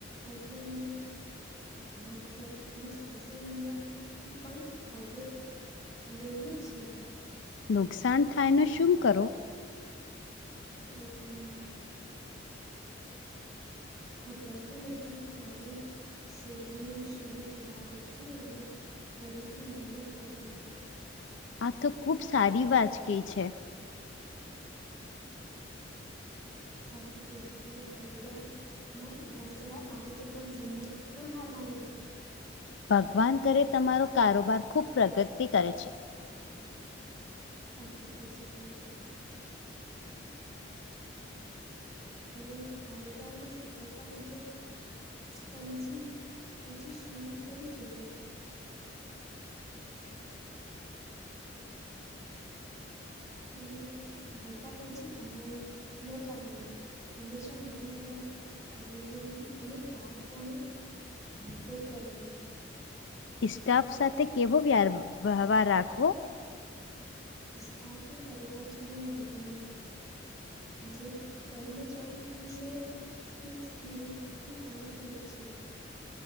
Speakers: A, on the left (about 20°); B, on the left (about 70°).
A: એટલે અમે. વોટ્સએપ અને સોશિયલ મીડિયાથી પણ ઓર્ડર. લઈએ છીએ. <inaudible>
B: નુકસાન થાય ને શું કરો
A: ગભરાતું નથી, કારણ શોધીને શરૂ સુધારી છું અને. ફરીથી મહેનત કરું છું.
B: આ તો ખુબ સારી વાત કઈ છે.
A: સાચુ કયો છો તમે કારોબાર માં ઉભા ચઢ આવે છે પણ હિંમત ન હારવાની.
B: ભગવાન કરે તમારો કારોબાર ખુબ પ્રગતિ કરે છે.
A: <inaudible> હાચુ કેયો છો તમે? અને કારોબારનો સફળતા માટે પંછી પછી શુરુ કરવું જોએ. અને સફળતા પછી ઘમણ ન કરવાનો. હંમેશા નમ્ર, રઘુ અને ગ્રાહકોનું આદર કરવાનું.
B: સ્ટાફ સાથે કેવો વ્યવ-વ્યવહાર રાખવો?
A: સ્ટાફને પરીવાર જેવો માનવાનું. જે કર્મચારી ખુશ હોય તોજ એજ દિલથી કામ કરે છે.